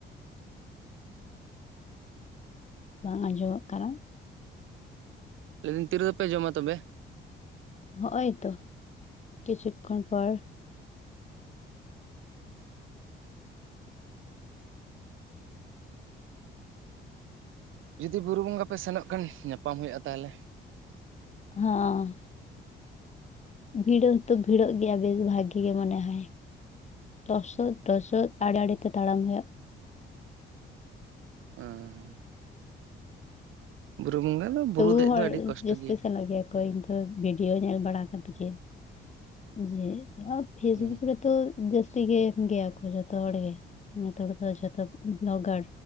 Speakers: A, on the left (about 35°); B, on the right (about 85°).
A: ᱵᱟᱝ ᱟᱸᱡᱚᱢᱚᱜ ᱠᱟᱱᱟ
B: ᱞᱟᱹᱭᱫᱟ. ᱧ ᱛᱤ ᱨᱮᱫᱚ ᱯᱮ ᱡᱚᱢᱟ ᱛᱚᱵᱮ
A: ᱦᱚᱜᱼᱚᱭ ᱛᱚ ᱠᱤᱪᱷᱩᱠ ᱠᱷᱚᱱ ᱯᱚᱨ
B: ᱡᱩᱫᱤ ᱵᱩᱨᱩ ᱵᱚᱸᱜᱟ ᱯᱮ ᱥᱮᱱᱚᱜ ᱠᱷᱟᱱ ᱧᱟᱯᱟᱢ ᱦᱩᱭᱩᱜᱼᱟ ᱛᱟᱦᱚᱞᱮ᱾
A: ᱦᱚᱸ᱾ ᱵᱷᱤᱲᱟᱹ ᱦᱚᱸᱛᱚ ᱵᱷᱤᱲᱟᱹᱜ ᱜᱮᱭᱟ ᱵᱮᱜᱽ ᱵᱷᱟᱜᱤ ᱜᱮ ᱢᱚᱱᱮ ᱦᱟᱭ᱾ ᱴᱚᱥᱚᱫ ᱴᱚᱥᱚᱫ ᱟᱲᱮ ᱟᱲᱮᱛᱮ ᱛᱟᱲᱟᱢ ᱦᱩᱭᱩᱜ᱾
B: ᱩᱸᱦᱩᱸᱜ᱾ ᱵᱩᱨᱩ ᱵᱚᱸᱜᱟ ᱫᱚ ᱵᱩᱨᱩ
A: ᱴᱩᱵᱩ
B: ᱫᱮᱡ
A: ᱦᱚᱲ
B: ᱫᱚ ᱟᱹᱰᱤ ᱠᱚᱥᱴᱚ
A: ᱡᱟᱹᱥᱛᱤ ᱥᱮᱱᱚᱜ ᱜᱮᱭᱟ ᱠᱚ <unintelligible> ᱤᱭᱟᱹ ᱧᱮᱞ ᱵᱟᱲᱟ ᱠᱟᱛᱮ ᱜᱮ <unintelligible>
B: ᱦᱩᱸ
A: ᱛᱤ ᱜᱮ ᱮᱢ ᱜᱮᱭᱟ ᱠᱚ ᱡᱚᱛᱚ ᱦᱚᱲ ᱜᱮ᱾ ᱱᱤᱛᱚᱜ ᱦᱚᱲ ᱫᱚ ᱡᱚᱛᱚ ᱵᱞᱚᱜᱟᱨ᱾